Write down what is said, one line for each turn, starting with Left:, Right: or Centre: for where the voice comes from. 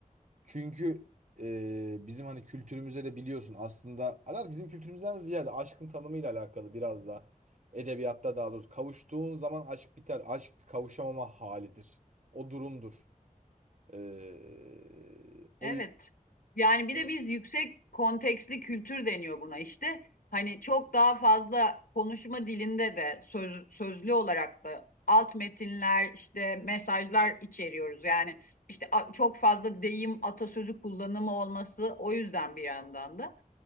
Right: Çünkü e, bizim hani kültürümüze de biliyorsun aslında alar bizim kültürümüzden ziyade aşkın tanımıyla alakalı biraz da edebiyatta daha doğrusu kavuştuğun zaman aşk biter. Aşk bir kavuşamama halidir. O durumdur. E, o
Left: Evet. Yani bir
Right: yüzden
Left: de biz yüksek kontekstli kültür deniyor buna işte. Hani çok daha fazla konuşma dilinde de söz, sözlü olarak da alt metinler işte mesajlar içeriyoruz. Yani işte a- çok fazla deyim atasözü kullanımı olması o yüzden bir yandan da.